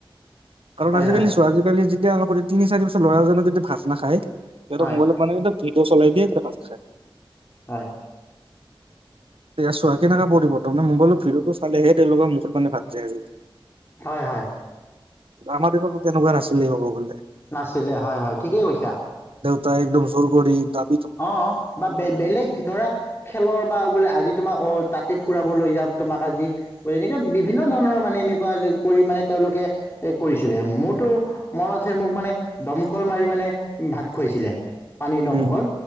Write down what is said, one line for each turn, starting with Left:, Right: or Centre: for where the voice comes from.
Right: কাৰণ
Left: হয়
Right: আজিকালি
Left: হয়
Right: চোৱা আজিকালি যেতিয়া কৰি তিনি চাৰি বছৰ ল'ৰাজনে যদি ভাত নাখায় সিহতক
Left: হয়
Right: মোবাইলত মানে ভিডিঅ' চলাই দিয়ে তে ভাত খায়।
Left: হয়।
Right: তেয়া চ কেনেুৱা পৰিবৰ্ত মে মোবাইলত ভিৰতো চালেহে তেওলোকৰ মুত মানে ভাত যায় আজিকালি।
Left: হয় হয়
Right: আমাৰ দিনতো তেনেকুৱা নাছিলেই ক'ব গ'লে।
Left: নাছিলে হয় - হয় ঠিকেই কৈছা।
Right: তাই একদম চোৰ কৰি তাত
Left: অ' বা বেলেগ ধৰা খেলৰ বা বোলে আজি তোমাক অ' তাতে ফুৰাব লৈ যাম তোমাক আজি তেনেকে বিভিন্ন ধৰণৰ এনেকুৱা মানে তেওঁলোকে কৰিছিলে মোৰতো মন আছে মোক মানে দমকল মাৰি মানে ভাত খুৱাইছিলে পানীৰ
Right: উম
Left: দমকল।